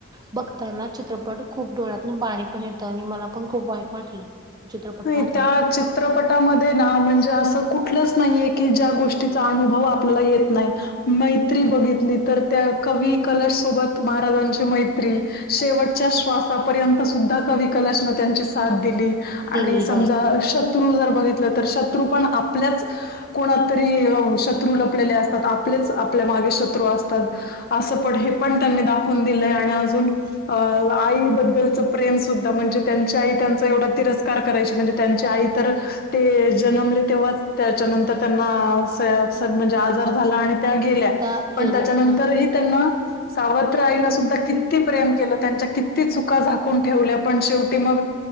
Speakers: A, on the right; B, on the left.
A: बघताना चित्रपट खूप डोळ्यात पाणी पण येतं आणि मला पण खूप वाईट वाटलं. चित्रपट
B: नाही
A: पाहताना
B: त्या चित्रपटामध्ये ना म्हणजे असं कुठलंच नाहीये की ज्या गोष्टीचा अनुभव आपल्याला येत नाही. मैत्री बघितली तर त्या कवी कलश सोबत महाराजांची मैत्री शेवटच्या श्वासापर्यंत सुद्धा कवी कलश न त्यांची साथ दिली
A: दिली
B: आणि समजा
A: हो
B: शत्रू जर बघितलं तर शत्रू पण आपल्याच कोणा तरी शत्रू लपलेले असतात आपलेच आपल्या मागे शत्रू असतात. असं पण हे पण त्यांनी दाखवून दिलंय आणि अजून अ आईबद्दलच प्रेम सुद्धा म्हणजे त्यांची आई त्यांचा एवढा तिर कार करायची म्हणजे त्यांची आई तर ते जन्मले तेव्हाच त्याच्यानंतर त्यांना अस म्हणजे आजार झाला आणि त्या गेल्या
A: त्या
B: पण
A: गेल्या
B: त्याच्यानंतर
A: हा
B: ही त्यांना सावत्र आईला सुद्धा किती प्रेम केलं त्यांच्या किती चुका झाकून ठेवल्या पण शेवटी मग